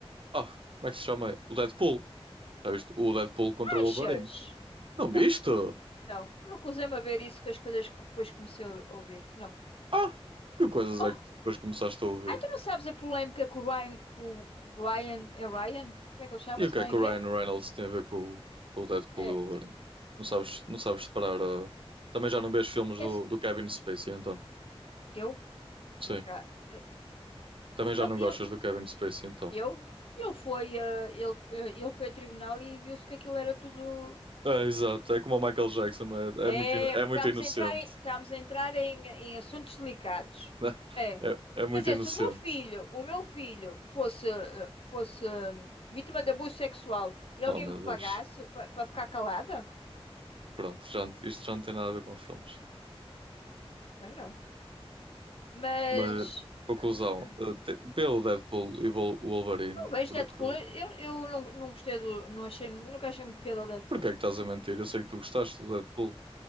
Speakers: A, on the right (about 55°); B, on the left (about 65°).
A: ah, como é que se chama? O Deadpool. Já viste o Deadpool contra o
B: Achas?
A: Wolverine? Não
B: Não.
A: viste?
B: Não, recusei-me a ver isso com as coisas que depois comecei a ouvir. Não.
A: Ah, que coisas
B: Oh,
A: é que depois começaste a ouvir?
B: ai, tu não sabes a polémica com o Ryan. Com, com o Ryan. É Ryan? Como é que ele chama-se?
A: E o que
B: Ryan
A: é que o
B: quê?
A: Ryan Reynolds tem a ver com, o com o Deadpool
B: É.
A: e o Wolverine? Não sabes, não sabes separar. ah, Também já não vês filmes do,
B: Esse,
A: do Kevin Spacey, então.
B: eu?
A: Sim.
B: Para cá. eh,
A: Também
B: Ele,
A: já não
B: ele,
A: gostas do Kevin Spacey, então.
B: eu? Ele foi, eh, ele, eh, ele foi a tribunal e viu-se que aquilo era tudo.
A: É, exato. É como o Michael Jackson, não é?
B: É,
A: É muito, ino- é
B: estamos
A: muito inocente.
B: a entrar em, estamos a entrar em, em assuntos delicados.
A: <laughs>
B: É.
A: É, é muito
B: Quer dizer,
A: inocente.
B: se o meu filho, o meu filho fosse, eh, fosse hum, vítima de abuso sexual e alguém
A: Oh, meu
B: me pagasse
A: Deus.
B: para ficar calada,
A: Pronto, já, não- isto já não tem nada a ver com filmes.
B: eu não. Mas
A: Mas, conclusão,
B: eh, eh,
A: ah, te- vê o Deadpool e o Wolverine,
B: não vejo
A: porque
B: Deadpool. Eu, eu não, não gostei do, não achei, nunca achei muito piada ao Deadpool.
A: Porquê é que estás a mentir? Eu sei que tu gostaste do Deadpool.